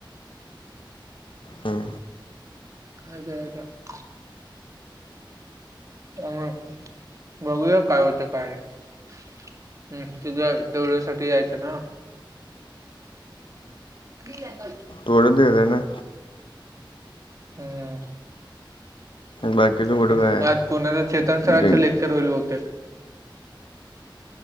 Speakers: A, on the left (about 85°); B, on the right (about 40°).
A: हं.
B: अं कां कां अं बघूंया कायं होते कायं नाहीं हम्मं तुझ्यां दवळ्यांसाठी यायचं नां ठीक आहे कलं
A: थोडंडे दे नां
B: हम्मं
A: बाकीचं कुठं
B: हं
A: काय आहे?
B: आंज कोणाचं चेतन सरांचं
A: ड्रिंक
B: लेक्चर होईल बते